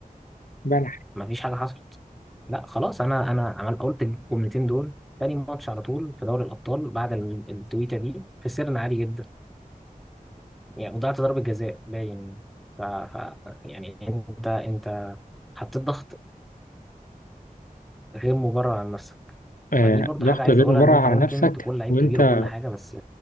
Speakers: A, on the left; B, in the centre.
A: بلح
B: مفيش حاجه حصلت لا خلاص انا انا عمل قلت الجملتين دول تاني ماتش على طول في دوري الابطال بعد ال- التويته دي خسرنا عادي جدا يعني وضعت ضربة جزاء باين ف... ف... يعني انت انت حطيت ضغط غير مبرر على نفسك
A: آه
B: فدي برضو
A: ضغط
B: حاجة عايز
A: غير
B: اقولها
A: مبرر
B: ان انت
A: على
B: ممكن
A: نفسك
B: تكون لعيب
A: وأنت
B: كبير وكل حاجة بس